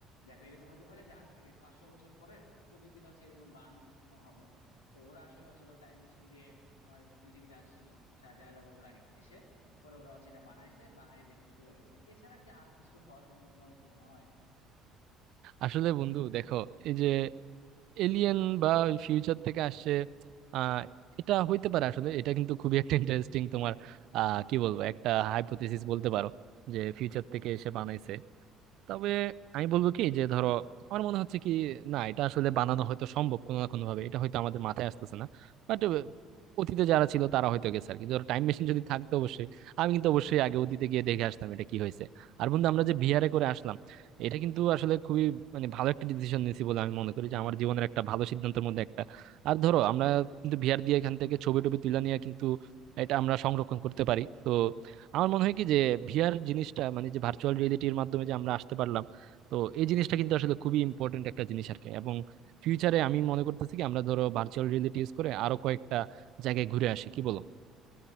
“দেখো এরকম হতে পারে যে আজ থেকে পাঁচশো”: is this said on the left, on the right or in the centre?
Left